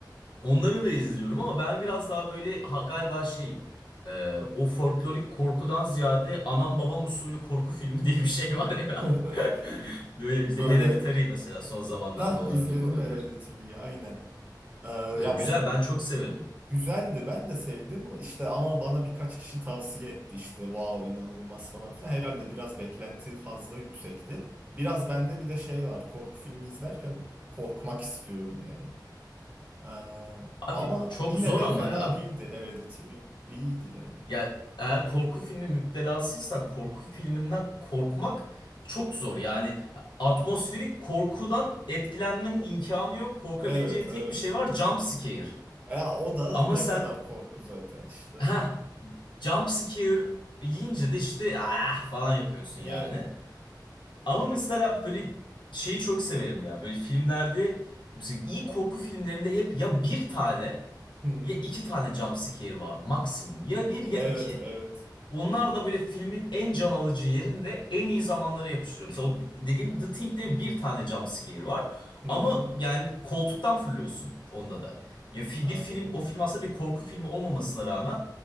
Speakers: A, on the left (about 80°); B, on the right (about 20°).
A: Onları da izliyorum ama ben biraz daha böyle ha- galiba şeyim. Ee, o folklorik korkudan ziyade anam babam usulü korku filmi diye bir şey var ya.
B: <laughs>
A: <laughs> Böyle işte
B: Böyle
A: Hereditary mesela son zamanlarda
B: ha
A: ona
B: izledim
A: örnek olabilir.
B: Hereditary'yi aynen. Ee, ya
A: Ve güzel
B: be-
A: ben çok severim.
B: Güzeldi ben de sevdim işte ama bana birkaç kişi tavsiye etti işte wow inanılmaz falan filan herhalde biraz beklenti fazla yüksekti. Biraz bende bir de şey var korku filmi izlerken korkmak istiyorum yani. Ee,
A: Abi
B: ama
A: çok
B: yine
A: zor
B: de
A: ama
B: fena
A: ya.
B: değildi Hereditary. İyiydi yani.
A: Ya eğer korku filmi müptelasıysan korku filminden korkmak çok zor. Yani atmosferik korkudan etkilenmenin imkanı yok. Korkabileceğin
B: Evet
A: tek
B: evet.
A: bir şey var jump scare.
B: Ya o da
A: Ama
B: ne
A: sen
B: kadar korku zaten işte.
A: ha. jump scare yiyince de işte ah falan yapıyorsun
B: Yani.
A: yani. Ama mesela böyle şeyi çok severim ya. Böyle filmlerde mesela iyi korku filmlerinde hep ya bir tane
B: Hı.
A: ya iki tane jump scare var maksimum. Ya bir
B: Evet
A: ya iki.
B: evet.
A: Onlar da böyle filmin en can alıcı yerinde en iyi zamanlara yapıştırıyor. Mesela o dediğim The Thing'de bir tane jump scare var.
B: Hı
A: Ama
B: hı.
A: yani koltuktan fırlıyorsun onda da. Ya fi-
B: Aynen.
A: bir film o film aslında bir korku filmi olmamasına rağmen